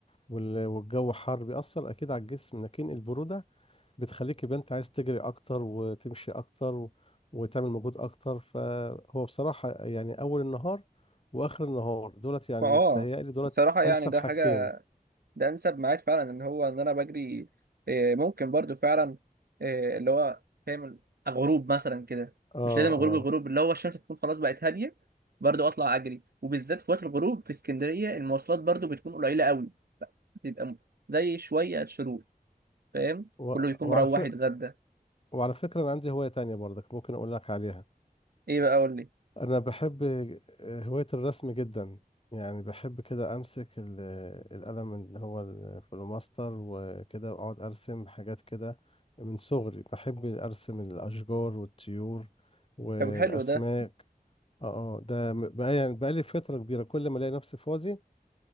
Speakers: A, on the left (about 35°); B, on the right (about 80°).
A: وال- والجو حر بيأثر أكيد على الجسم لكن البرودة بتخليك يبقى انت عايز تجري اكتر وتمشي اكتر و... وتعمل مجهود اكتر فهو بصراحة يعني اول النهار واخر النهار دولت يعني
B: فاه
A: مستهيألي دولت
B: الصراحه يعني
A: انسب
B: ده
A: حاجتين
B: حاجه ده انسب ميعاد فعلا ان هو ان انا بجري آه، ممكن برضو فعلا آه، اللي هو فاهم غروب مثلا كده
A: اه
B: مش لازم غروب
A: اه
B: الغروب اللي هو الشمس تكون خلاص بقت هاديه برضو اطلع اجري وبالذات في وقت الغروب في اسكندريه المواصلات برضو بتكون قليله قوي بيبقى م- زي شويه شروق فاهم
A: و...
B: كله يكون
A: وعلى
B: مروح
A: ف...
B: يتغدى
A: وعلى فكرة انا عندي هواية تانية برضك ممكن اقول لك عليها
B: ايه بقى قول لي
A: انا بحب هواية الرسم جدا يعني بحب كده امسك ال- آه، القلم اللي هو الفلوماستر وكده واقعد ارسم حاجات كده من صغري بحب ارسم الاشجار والطيور والاسماك
B: طب حلو ده
A: اه آه، ده م- بقى يعني بقالي فترة كبيرة كل ما الاقي نفسي فاضي